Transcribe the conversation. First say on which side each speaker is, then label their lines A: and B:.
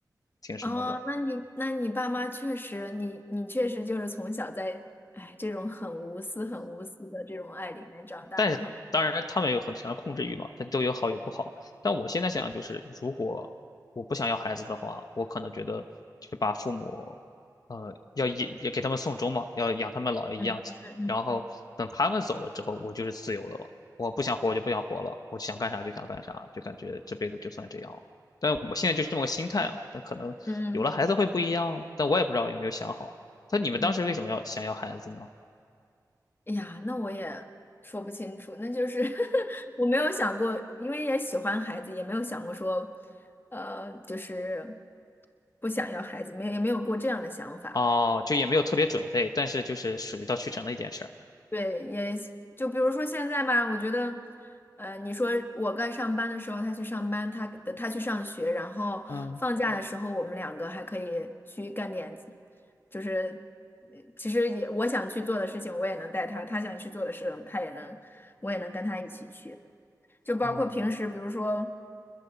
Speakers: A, on the left; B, on the left.
A: 挺什么的。
B: 哦，那你那你爸妈确实，你你确实就是从小在，哎，这种很无私、很无私的这种爱里面长大的哈。
A: 但是当然他们有很强的控制欲嘛，它都有好有不好。但我现在想就是，如果我不想要孩子的话，我可能觉得就把父母，呃，要也也给他们送终嘛，要养他们老一样，
B: 嗯嗯
A: 然后等他们走了之后，我就是自由了嘛。我不想活，我就不想活了，我想干啥就想干啥，就感觉这辈子就算这样了。但我现在就是这么个心态啊，那可能有了孩子会不一样，
B: 嗯嗯嗯。
A: 但我也不知道有没有想好。那你们当时为什么要想要孩子呢？
B: 嗯哎呀，那我也说不清楚，那就是 <laughs> 我没有想过，因为也喜欢孩子，也没有想过说，呃，就是不想要孩子，没有也没有过这样的想法。
A: 哦，就也没有特别准备，但是就是水到渠成的一件事儿。
B: 对，也就比如说现在吧，我觉得，呃，你说我该上班的时候他去上班，他他去上学，然后放假的时候我们两个还可以去干点，
A: 嗯
B: 就是呃其实也我想去做的事情我也能带他，他想去做的事情他也能，我也能跟他一起去，就包括平时比如说。
A: 嗯，